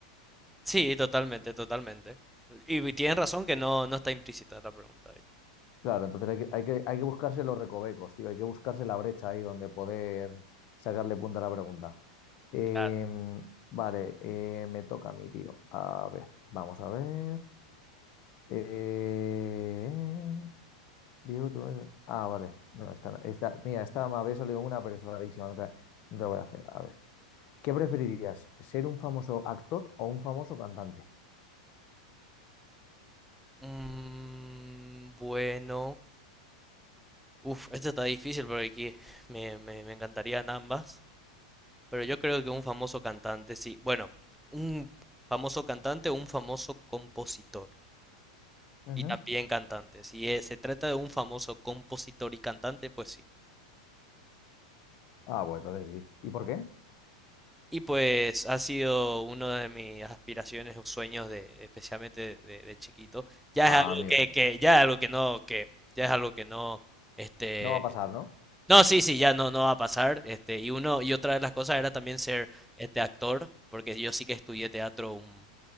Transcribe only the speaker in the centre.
sí, totalmente, totalmente. Y, y tienen razón que no, no está implícita la pregunta ahí.
Claro.
Mm, bueno. Uf, esto está difícil porque aquí me, me, me encantarían ambas. Pero yo creo que un famoso cantante, sí. Bueno, un famoso cantante o un famoso compositor.
Y también cantante. Si es- se trata de un famoso compositor y cantante, pues sí.
Y pues ha sido uno de mis aspiraciones o sueños de, especialmente de, de chiquito. Ya
es algo
que, que- ya es algo que no, que, ya es algo que no, este,
No, sí, sí, ya no, no va a pasar. Este, y uno, y otra de las cosas era también ser este actor, porque yo sí que estudié teatro un,